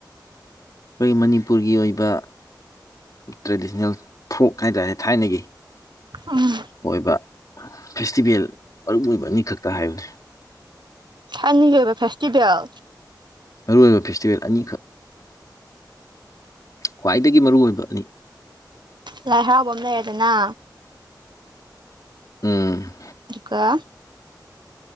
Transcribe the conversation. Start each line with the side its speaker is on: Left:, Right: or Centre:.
Left: ꯑꯩꯈꯣꯏꯒꯤ ꯃꯅꯤꯄꯨꯔꯒꯤ ꯑꯣꯏꯕ ꯇ꯭ꯔꯦꯗꯤꯁꯅꯦꯜ ꯐ꯭ꯔꯣꯛ ꯍꯥꯏꯇꯥꯔꯦ ꯊꯥꯏꯅꯒꯤ
Right: ꯎꯝ꯫
Left: ꯑꯣꯏꯕ ꯐꯦꯁꯇꯤꯚꯦꯜ ꯃꯔꯨ ꯑꯣꯏꯕ ꯑꯅꯤꯈꯛꯇ ꯍꯥꯏꯌꯨꯅꯤ꯫
Right: ꯁꯅꯤꯡꯒꯤ ꯑꯣꯏꯕ ꯐꯦꯁꯇꯤꯚꯦꯜ
Left: ꯃꯔꯨꯑꯣꯏꯕ ꯐꯦꯁꯇꯤꯚꯦꯜ ꯑꯅꯤꯈꯛ ꯈ꯭ꯋꯥꯏꯗꯒꯤ ꯃꯔꯨꯑꯣꯏꯕ ꯑꯅꯤ꯫
Right: ꯂꯥꯏ ꯍꯔꯥꯎꯕ ꯑꯃ ꯂꯩꯔꯦꯗꯅ
Left: ꯎꯝ꯫
Right: ꯑꯗꯨꯒ